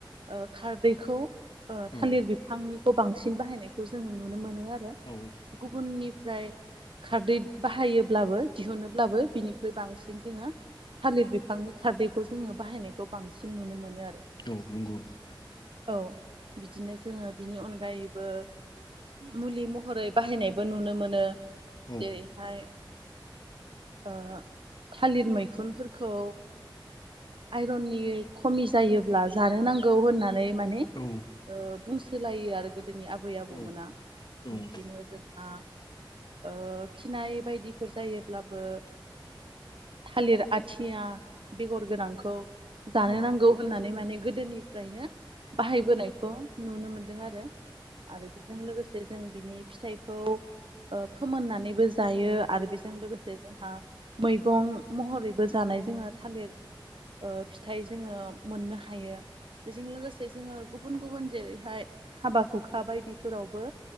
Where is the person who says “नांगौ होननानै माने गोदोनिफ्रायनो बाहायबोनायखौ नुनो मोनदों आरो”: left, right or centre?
Right